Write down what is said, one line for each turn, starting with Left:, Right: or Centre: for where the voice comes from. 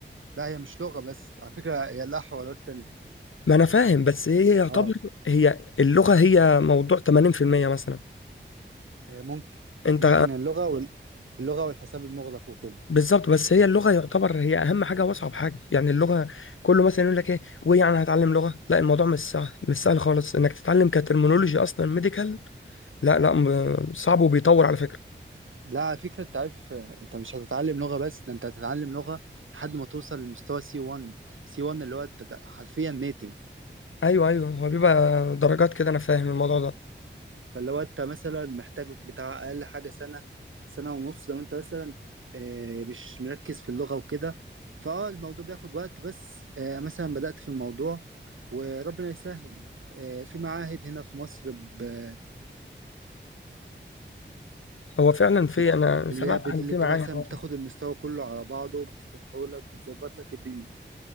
Right: لا هي مش لغة بس على فكرة هي لها حوارات تانية
Left: ما انا فاهم بس هي يعتبر
Right: اه
Left: هي اللغه هي موضوع 80% مثلا
Right: آه، ممكن
Left: انت
Right: ممكن اللغة وال... اللغة والحساب المغلق وكده
Left: بالظبط بس هي اللغه يعتبر هي اهم حاجه واصعب حاجه يعني اللغه كله مثلا يقول لك ايه ويعني هتعلم لغه لا الموضوع مش سهل مش سهل خالص انك تتعلم كترمينولوجي اصلا ميديكال لا لا م- صعب وبيطور على فكره
Right: لا على فكرة أنت عارف آه، أنت مش هتتعلم لغة بس ده أنت هتتعلم لغة لحد ما توصل لمستوى سي 1 سي 1 اللي هو أنت حرفيا نيتف
Left: ايوه ايوه هو بيبقى درجات كده انا فاهم الموضوع ده
Right: فلو انت مثلا محتاج لك بتاع اقل حاجه سنه سنه ونص لو انت مثلا آه، مش مركز في اللغه وكده فاه الموضوع بياخد وقت بس آه، مثلا بدأت في الموضوع وربنا يسهل آه، في معاهد هنا في مصر ب-
Left: هو فعلا في
Right: بت-
Left: انا
Right: اللي
Left: سمعت
Right: هي بت-
Left: عن
Right: اللي
Left: في
Right: انت
Left: معايا
Right: مثلا
Left: اه
Right: بتاخد المستوى كله على بعضه بتدخله لك بتظبط لك الدنيا